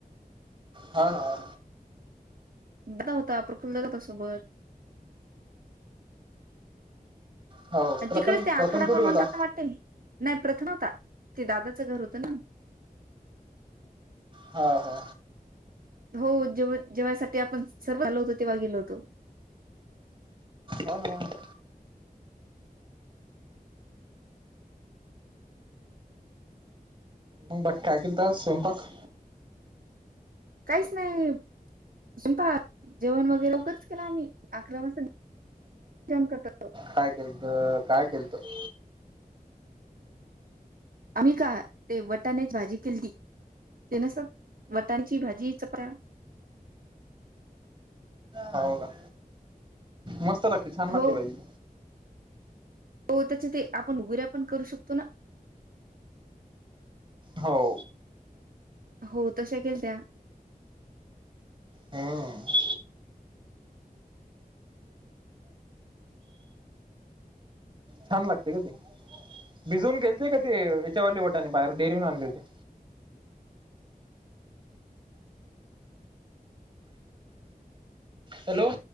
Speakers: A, on the right (about 35°); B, on the right (about 70°).
A: हा हा.
B: दा होता, प्रफुल्लदा होता सोबत.
A: हो प्रथम
B: तिकडेच ते आखाडा
A: प्रथम थोडी
B: पण म्हणतात
A: होता
B: ना वाटतंय. नाही प्रथम होता ते दादाचं घर होतं ना.
A: हा हा.
B: हो जेव्हा जेवायसाठी आपण सर्व आलो होतो तेव्हा गेलो होतो.
A: मन हो <inaudible> मग बठाकील तर स्वयंपाक
B: काहीच नाही स्वयंपाक जेवण वगैरे लवकरच केला आम्ही अकरा वाजता जाम कटत
A: काय केलतं काय केलतं
B: आम्ही का ते वटानेच भाजी केलीती, ते न स वटाची भाजी चप
A: हाऊ का? मस्त लागते छान लागते
B: हो
A: पाहिजे.
B: हो त्याच्या ते, आपण गुऱ्या पण करू शकतो ना.
A: हो.
B: हो, तशा केल त्या!
A: हम्म छान लागते का ते, भिजून गेलते का ते याच्यावरली टाने बाहेर डेअरीून आणले होते. हॅलो!